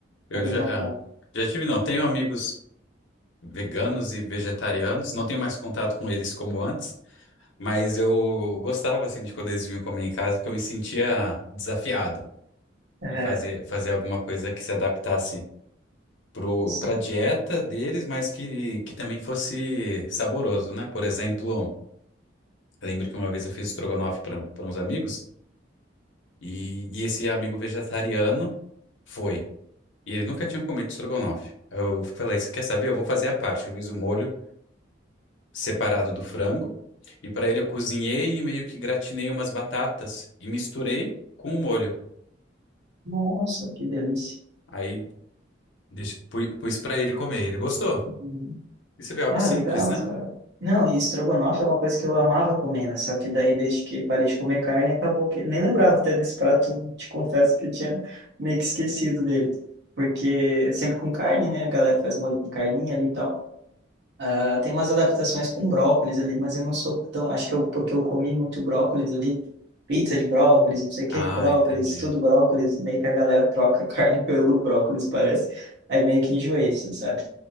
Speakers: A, on the right; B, on the left.
A: Fica
B: Eu
A: bem
B: já,
A: bacana.
B: ah, já tive, não. Tenho amigos veganos e vegetarianos. Não tenho mais contato com eles como antes, mas eu gostava, assim, de quando eles vinham comer em casa, que eu me sentia desafiado.
A: É,
B: em fazer, fazer alguma coisa que se adaptasse pro,
A: sim.
B: pra dieta deles, mas que, que também fosse saboroso, né? Por exemplo, eu lembro que uma vez eu fiz estrogonofe para uns amigos e, e esse amigo vegetariano foi. E ele nunca tinha comido estrogonofe. Eu falei, você quer saber? Eu vou fazer a parte. Eu fiz o molho separado do frango e para ele eu cozinhei e meio que gratinei umas batatas e misturei com o molho.
A: Nossa, que delícia.
B: Aí deixe- pu- pus para ele comer. Ele gostou.
A: Uhum.
B: Isso é algo
A: Ah,
B: simples,
A: legal,
B: né?
A: cara. Não, e estrogonofe é uma coisa que eu amava comer, né? Só que daí, desde que parei de comer carne, acabou que... Nem lembrava até desse prato, te confesso que eu tinha meio que esquecido dele. Porque é sempre com carne, né? A galera faz molho com carninha ali e tal. Ela tem umas adaptações com brócolis ali, mas eu não sou tão. Acho que eu, porque eu comi muito brócolis ali, pizza de brócolis, não sei o
B: Ah,
A: que de brócolis,
B: entendi.
A: tudo brócolis, meio que a galera troca <laughs> carne pelo brócolis, parece. Aí meio que enjoei, assim, sabe?